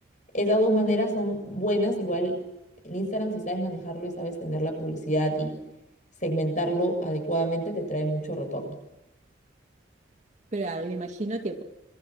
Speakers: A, on the left; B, on the right.
A: esas dos maneras son buenas. Igual el Instagram, si sabes manejarlo y sabes tener la publicidad y segmentarlo adecuadamente, te trae mucho retorno.
B: Claro, me imagino que